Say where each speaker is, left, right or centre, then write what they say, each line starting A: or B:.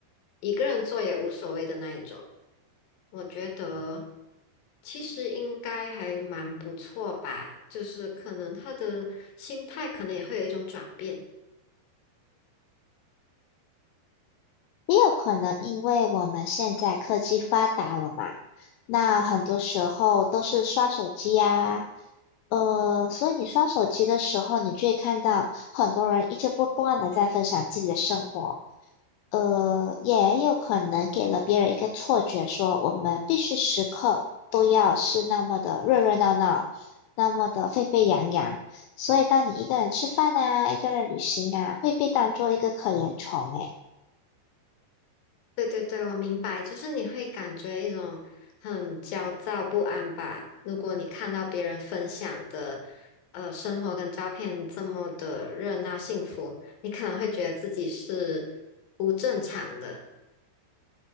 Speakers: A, on the left (about 65°); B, on the left (about 85°).
A: 一个人做也无所谓的那一种。我觉得其实应该还蛮不错吧，就是可能他的心态可能也会有一种转变。
B: 也有可能因为我们现在科技发达了嘛，那很多时候都是刷手机呀，呃，所以你刷手机的时候，你就会看到很多人一直不断的在分享自己的生活。呃，也有可能给了别人一个错觉，说我们必须时刻都要是那么的热热闹闹，那么的沸沸扬扬。所以，当你一个人吃饭啊，一个人旅行啊，会被当做一个可怜虫诶。
A: 对对对，我明白，就是你会感觉一种很焦躁不安吧？如果你看到别人分享的呃生活跟照片这么的热闹幸福，你可能会觉得自己是不正常的。